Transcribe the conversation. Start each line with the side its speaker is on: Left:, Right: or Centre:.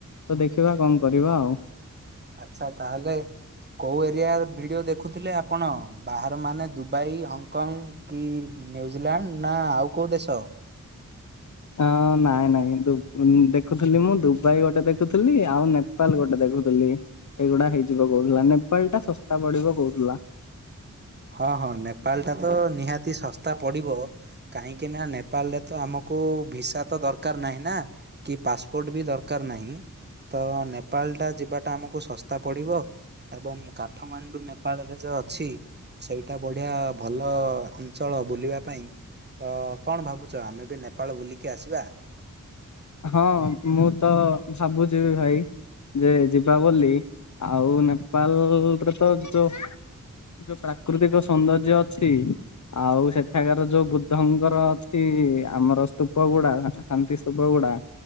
Left: ତ ଦେଖିବା କଣ କରିବା ଆଉ।
Right: ଆଚ୍ଛା ତାହାଲେ କେଉଁ ଏରିଆ ଭିଡ଼ିଓ ଦେଖୁଥିଲେ ଆପଣ ବାହାରମାନେ ଦୁବାଇ ହଂକଙ୍ଗ? କି ନ୍ୟୁଜିଲାଣ୍ଡ ନା ଆଉ କେଉଁ ଦେଶ?
Left: ଅ ନାଇଁ ନାଇଁ ଦୁ ମୁଁ ଦେଖୁଥିଲି ମୁଁ ଦୁବାଇ ଗୋଟେ ଦେଖୁଥିଲି ଆଉ ନେ ନେପାଲ ଗୋଟେ ଦେଖୁଥିଲି ଏଇଗୁଡା ହେଇଯିବ କହୁଥିଲା ନେପାଲଟା ଶସ୍ତା ପଡିବ କହୁଥିଲା।
Right: ହଁ ହଁ ନେପାଲଟାତ ନିହାତି ଶସ୍ତା ପଡିବ। କାହିଁକିନା ନେପାଳରେତ ଆମକୁ ଭିସାତ ଦରକାର ନାହିଁନା। କି ପାସ୍ପୋର୍ଟବି ଦରକାର ନାହିଁ ତ ନେପାଳଟା ଯିବାଟା ଆମକୁ ଶସ୍ତା ପଡିବ। ଏବଂ କାଠମାଣ୍ଡୁ ନେପାଳରେ ଯ ଛି ସେଇଟା ବଢିଆ ଭଲ ଅଞ୍ଚଳ ବୁଲିବା ପାଇଁ ତ କଣ ଭାବୁଛ ଆମେବି ନେପାଳ ବୁଲିକି ଆସିବା?
Left: ହଁ ମୁଁ ତ ଭାବୁଚିବି ଭାଇ। ଯେ ଯିବା ବୋଲି ଆଉ ନେପାଲଲଲରେତ ଯଉ ଯୋଉ ପ୍ରାକୃତିକ ସୌନ୍ଦର୍ଯ୍ୟ ଅଛି। ଆଉ ସେଠାକାର ଯୋଉ ବୁଦ୍ଧଙ୍କର ଅଛି ଆମର ସ୍ତୁପ ଗୁଡା ଶାନ୍ତି ସ୍ତୁପ ପଗୁଡା